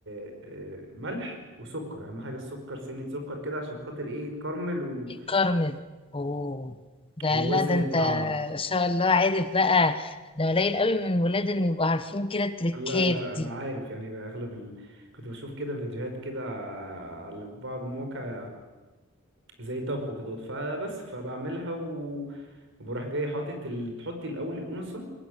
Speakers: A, on the right; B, on the left.
A: آه، آه، ملح وسكر اهم حاجه السكر سنه سكر كده عشان خاطر ايه يتكرمل و...
B: كارمل اوه ده
A: ويوازن
B: لا ده انت
A: الطعم
B: ان شاء الله عارف بقى ده قليل قوي من الولاد ان يبقوا عارفين كده التريكات
A: لا لا انا
B: دي
A: عارف يعني اغلب ال... كنت بشوف كده فيديوهات كده على بعض المواقع زي طبخه كده فبس فبعملها و... وبروح جاي حاطط ال... بتحطي الاول الانثى